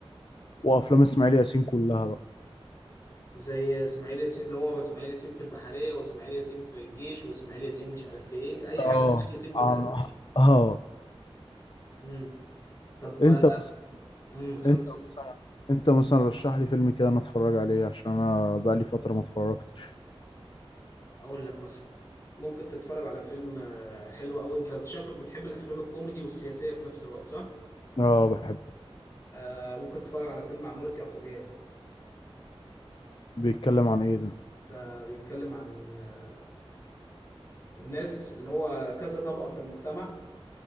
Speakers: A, on the left (about 55°); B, on the left (about 30°).
A: وافلام
B: مم.
A: اسماعيل ياسين كلها بقى
B: زي اسماعيل ياسين اللي هو اسماعيل ياسين في البحرية واسماعيل ياسين في الجيش واسماعيل ياسين مش عارف في ايه اي
A: اه
B: حاجة اسماعيل ياسين في
A: اه
B: كذا
A: آه.
B: امم طب
A: انت مثلا
B: امم انا
A: انت
B: مثلا
A: مثلا انت مثلا رشح لي فيلم كده انا اتفرج عليه عشان انا بقالي فترة ما اتفرجتش
B: اقول لك مثلا ممكن تتفرج على فيلم آه، حلو او انت شكلك بتحب الافلام الكوميدي والسياسية في نفس الوقت صح
A: اه بحبه
B: آه ممكن تتفرج على فيلم عمارة يعقوبيان
A: بيتكلم عن ايه ده
B: ده بيتكلم عن آه، الناس اللي هو كذا طبقة في المجتمع